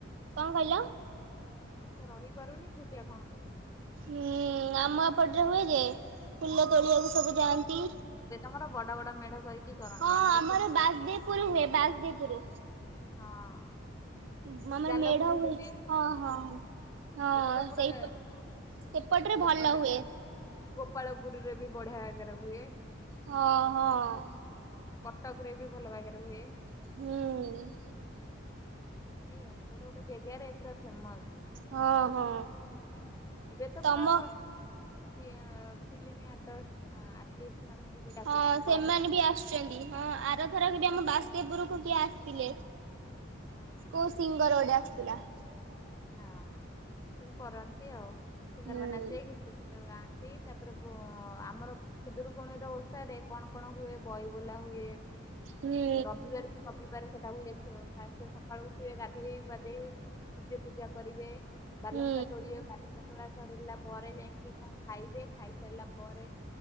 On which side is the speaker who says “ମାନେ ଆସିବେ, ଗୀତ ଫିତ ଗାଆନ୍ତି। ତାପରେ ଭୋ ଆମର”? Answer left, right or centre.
Left